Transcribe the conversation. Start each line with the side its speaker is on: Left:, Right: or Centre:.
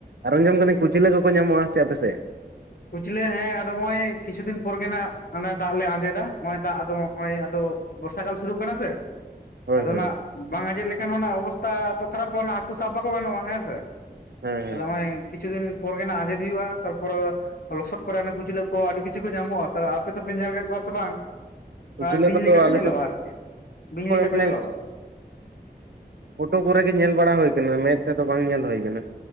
Right: ᱟᱨ ᱟᱸᱡᱚᱢ ᱠᱟᱹᱫᱟᱹᱧ ᱠᱩᱪᱞᱟᱹ ᱠᱚᱠᱚ ᱧᱟᱢᱚᱜᱼᱟ ᱥᱮᱪᱮᱜ ᱟᱯᱮᱥᱮᱜ?
Left: ᱠᱩᱪᱞᱟᱹ ᱦᱮᱸ ᱟᱫᱚ ᱦᱚᱜᱼᱚᱭ ᱠᱤᱪᱷᱩ ᱫᱤᱱ ᱯᱚᱨ ᱜᱮ ᱱᱟᱜ ᱚᱱᱟ ᱫᱟᱜ ᱞᱮ ᱟᱸᱡᱮᱫᱟ ᱱᱚᱜᱼᱚᱭ ᱫᱟᱜ ᱟᱫᱚᱜ ᱚᱭ ᱟᱫᱚ ᱵᱚᱨᱥᱟ ᱠᱟᱞ ᱥᱩᱨᱩᱜ ᱠᱟᱱᱟ ᱥᱮ᱾
Right: ᱦᱳᱭ
Left: ᱟᱫᱚ
Right: ᱦᱳᱭ
Left: ᱱᱟᱜ ᱵᱟᱝ ᱟᱡᱮᱫ ᱞᱮᱠᱷᱟᱱ ᱦᱚᱸ ᱚᱵᱚᱥᱛᱟᱷᱟ ᱛᱚ ᱠᱷᱟᱨᱟᱯᱚᱜᱼᱟ ᱱᱟ ᱦᱟᱹᱠᱩ ᱥᱟᱵ ᱵᱟᱠᱚ ᱜᱟᱱᱚᱜᱼᱟ ᱦᱮᱸ ᱥᱮ᱾
Right: ᱦᱮᱸ ᱦᱮᱸ
Left: ᱛᱟᱞᱮ
Right: ᱦᱮᱸ
Left: ᱚᱸᱭ ᱠᱤᱪᱷᱩ ᱫᱤᱱ ᱯᱚᱨ ᱜᱮ ᱱᱟᱜ ᱟᱡᱸᱡᱮᱫ ᱦᱩᱭᱩᱜᱼᱟ ᱛᱟᱨᱯᱚᱨ ᱞᱚᱥᱚᱫ ᱠᱚᱨᱮ ᱚᱱᱮ ᱠᱩᱪᱞᱟᱹ ᱠᱚ ᱟᱹᱰᱤ ᱠᱤᱪᱷᱩ ᱠᱚ ᱧᱟᱢᱚᱜᱼᱟ ᱛᱟᱞᱮ ᱟᱯᱮ ᱫᱚᱯᱮ ᱧᱮᱞ ᱠᱮᱜ ᱠᱚᱣᱟ ᱥᱮ ᱵᱟᱝ?
Right: ᱠᱩᱪᱞᱟᱹ
Left: ᱟᱨ ᱵᱤᱧ
Right: ᱠᱚᱫᱚ
Left: ᱞᱮᱠᱟ ᱠᱚ
Right: ᱟᱞᱮ
Left: ᱧᱮᱞᱚᱜᱼᱟ
Right: ᱥᱮᱫ
Left: ᱟᱨᱠᱤ ᱵᱤᱧ
Right: ᱦᱳᱭ
Left: ᱞᱮᱠᱟ ᱠᱚ
Right: ᱢᱟᱱᱮ
Left: ᱧᱮᱞᱚᱜᱼᱟ᱾
Right: ᱯᱷᱳᱴᱳ ᱠᱚᱨᱮᱜ ᱜᱮ ᱧᱮᱞ ᱵᱟᱲᱟ ᱦᱩᱭᱩ ᱠᱟᱱᱟ ᱢᱮᱫ ᱛᱮᱫᱚ ᱵᱟᱝ ᱧᱮᱞ ᱦᱩᱭᱩ ᱠᱟᱱᱟ᱾